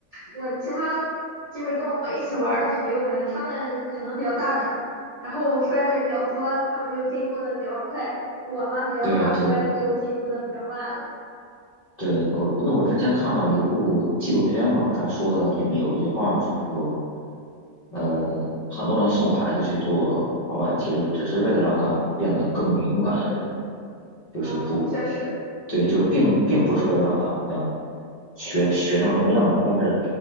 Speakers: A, on the right (about 35°); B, on the left (about 65°).
A: 我其他就是跟我一起玩儿的朋友们，他们可能比较大胆，然后摔的也比较多，他们就进步的比较快。我嘛比较怕摔，
B: 对对，
A: 就进步的比较慢了。
B: 对，我，因为我之前看到一部纪录片嘛，他说的里面有一句话，就是说，呃，很多人送孩子去做滑板，其实只是为了让他变得更勇敢而已，就是不，
A: 嗯，确实，
B: 对，就是并并不是为了让他好像学学成什么样子，但是